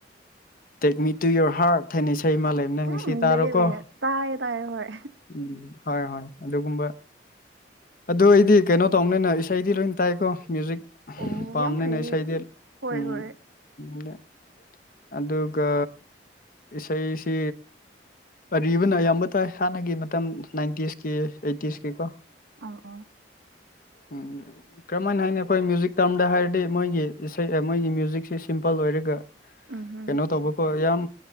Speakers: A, on the left; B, on the right.
A: take me to your heart <unintelligible> ꯏꯁꯩ ꯑꯃ ꯅꯪ ꯉꯁꯤ
B: ꯎꯝ
A: ꯇꯥꯔꯣꯀꯣ
B: ꯂꯩꯌꯦ ꯂꯩꯌꯦ ꯇꯥꯏꯌꯦ ꯇꯥꯏꯌꯦ ꯍꯣꯏ
A: ꯎꯝ ꯍꯣꯏ ꯍꯣꯏ ꯑꯗꯨꯒꯨꯝꯕ ꯑꯗꯨ ꯑꯩꯗꯤ ꯀꯩꯅꯣ ꯇꯧꯅꯤꯅ ꯏꯁꯩꯗꯤ ꯂꯣꯏ ꯇꯥꯏꯀꯣ ꯃ꯭ꯌꯨꯖꯤꯛ
B: ꯑꯣ
A: ꯄꯥꯝꯕꯅꯤꯅ
B: ꯌꯥꯝ ꯐꯩꯌꯦ
A: ꯏꯁꯩꯗꯤ ꯎꯝ
B: ꯍꯣꯏ ꯍꯣꯏ
A: <unintelligible> ꯑꯗꯨꯒ ꯏꯁꯩꯁꯤ ꯑꯔꯤꯕꯅ ꯑꯌꯥꯝꯕ ꯇꯥꯏ ꯍꯥꯟꯅꯒꯤ ꯃꯇꯝ ꯅꯥꯏꯟꯇꯤꯁꯀꯤ ꯑꯥꯏꯇꯤꯁꯀꯤ ꯀꯣ
B: ꯑꯧ ꯑꫭ
A: ꯎꯝ ꯀꯔꯝꯍꯥꯏꯅ ꯍꯥꯏꯅꯤ ꯑꯩꯈꯣꯏ ꯃ꯭ꯌꯨꯖꯤꯛ ꯇꯥꯝꯗ ꯍꯥꯏꯔꯗꯤ ꯃꯣꯏꯒꯤ ꯏꯁꯩ ꯃꯣꯏꯒꯤ ꯃ꯭ꯌꯨꯖꯤꯛꯁꯤ ꯁꯤꯝꯄꯜ ꯑꯣꯏꯔꯒ
B: ꯎꯝ ꯍꯨꯝ
A: ꯀꯩꯅꯣ ꯇꯧꯕꯀꯣ ꯌꯥꯝ